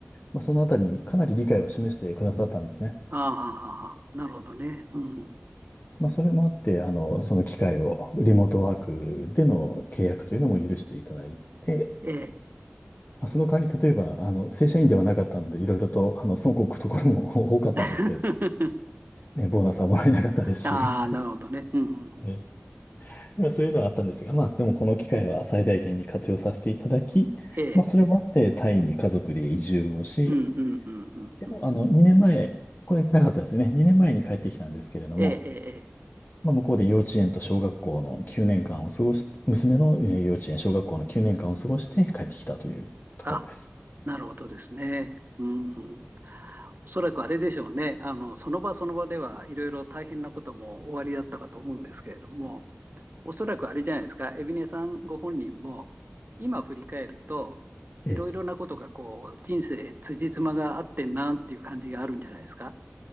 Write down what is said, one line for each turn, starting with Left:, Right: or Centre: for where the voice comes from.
Left: まあ、そのあたりにかなり理解を示してくださったんですね。
Right: ああ、はあはあはあなるほどね。うん。
Left: まあ、それもあって、あの、その機会を、リモートワークでの契約というのも許していただいて、
Right: ええ。
Left: まあ、その代わり、例えば、あの、正社員ではなかったので、いろいろと、あの、損こくところも <laughs> 多かったんですけれど、
Right: <laughs>
Left: ね、ボーナスはもらえなかったですし、
Right: ああ、なるほどね。うんうん。
Left: <laughs> えまあ、そういうのはあったんですが、まあ、でもこの機会は最大限に活用させていただき、
Right: ええ。
Left: まあ、それもあってタイに家族で移住をし、
Right: うんうんうんうんうん。
Left: でも、あの、2年前、これ言ってなかったですよね。2年前に帰ってきたんですけれども、
Right: ええ、ええ、ええ。
Left: まあ、向こうで幼稚園と小学校の9年間を過ごし、娘のえー幼稚園、小学校の9年間を過ごして帰ってきたというところです。
Right: あ、なるほどですね。うん。おそらくあれでしょうね。あの、その場その場ではいろいろ大変なこともおありだったかと思うんですけれども、おそらくあれじゃないですか、海老根さんご本人も、今振り返ると、いろいろなことがこう人生辻褄が合ってんなっていう感じがあるんじゃないですか。
Left: ええ。